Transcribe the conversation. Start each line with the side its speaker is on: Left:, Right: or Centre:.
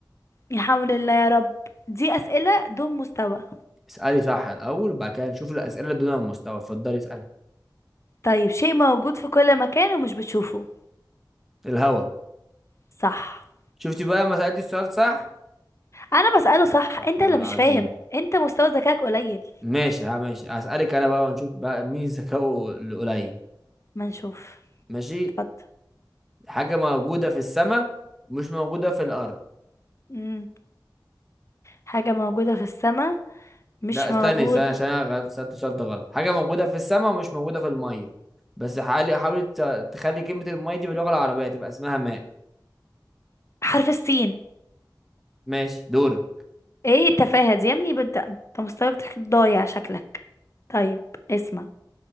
Left: يا حول الله يا رب دي اسئلة دون مستوى
Centre: اسالي صح الاول وبعد كده نشوف الاسئله دون المستوى اتفضلي اسالي
Left: طيب شيء موجود في كل مكان ومش بتشوفه
Centre: الهوا
Left: صح
Centre: شفتي بقى لما سالتي السؤال صح
Left: انا بسأله صح
Centre: استغفر
Left: انت
Centre: الله
Left: اللي
Centre: العظيم
Left: مش فاهم انت مستوى ذكائك قليل
Centre: ماشي ها ماشي هسألك انا بقى ونشوف بقى مين ذكائه القليل
Left: ما نشوف
Centre: ماشي
Left: اتفضل
Centre: حاجة موجودة في السماء مش موجودة في الأرض
Left: امم حاجة موجودة في السماء مش
Centre: لا استني
Left: موجودة
Centre: استني عشان انا غلط- سألت السؤال ده غلط حاجة موجودة في السماء ومش موجودة في المية بس حاولي حاولي ت- تخلي كلمة المية دي باللغة العربية تبقى اسمها ماء
Left: حرف السين
Centre: ماشي دورك
Left: ايه التفاهة دي يا ابني بنت انت مستواك ضايع شكلك طيب اسمع